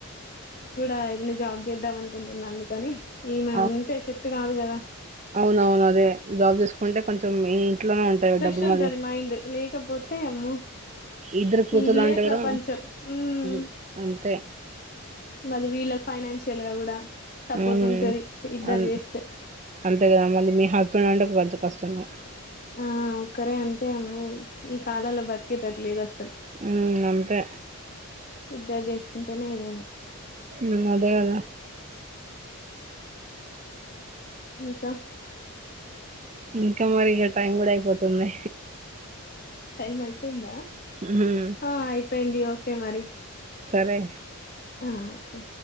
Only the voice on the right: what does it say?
ఆ
అవునవును అదే జాబ్ తీసుకుంటే కొంచెం ఈ ఇంట్లోనే ఉంటారు
డబ్బులు
మరి
ఇద్దరు కూతుర్లు
అంటే
కూడా
హ్మ్, అంతే
ఊమ్
అం
అంతే కదా మళ్ళీ మీ హస్బెండ్ అంటే కొంచెం కష్టంగా
ఊమ్ అంతే
ఉం అదే కదా
ఇంకా మరి ఇక టైం కూడా అయిపోతుంది
మ్మ్
సరే